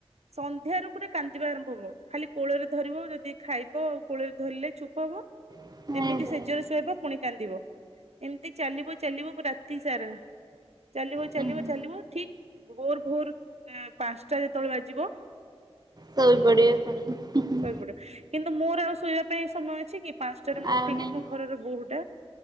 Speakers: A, on the right (about 85°); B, on the right (about 40°).
A: ସନ୍ଧ୍ୟାରୁ ପୁରା କାନ୍ଦିବା ଆରମ୍ଭ ହବ ଖାଲି କୋଳରେ ଧରିବ ଯଦି ଖାଇବ ଆଉ କୋଳରେ ଧରିଲେ ଚୁପ୍ ହବ
B: ଶୋଇ
A: ଯେମିତି ସେଜରେ ଶୁୋଇବ ପୁଣି କାନ୍ଦିବ ଏମିତି ଚାଲିବ ଚାଲିବ ରାତି ସାରା ଚାଲିବ
B: ହୁଁ
A: ଚାଲିବ ଚାଲିବ ଠିକ ଭୋର ଭୋର ପାଞ୍ଚଟା ଯେତେବେଳେ ବାଜିବ
B: ଶୋଇପଡିବ ପୁଣି
A: ଶୋଇପଡିବ
B: <inaudible>
A: କିନ୍ତୁ ମୋର ଆଉ ଶୋଇବା ପାଇଁ ସମୟ ଅଛି କି ପାଞ୍ଚଟାରେ ମୁଁ
B: ଆଉ
A: ଉଠିକି
B: ନାଇଁ
A: ମୋ ଘରର ବୋହୁଟା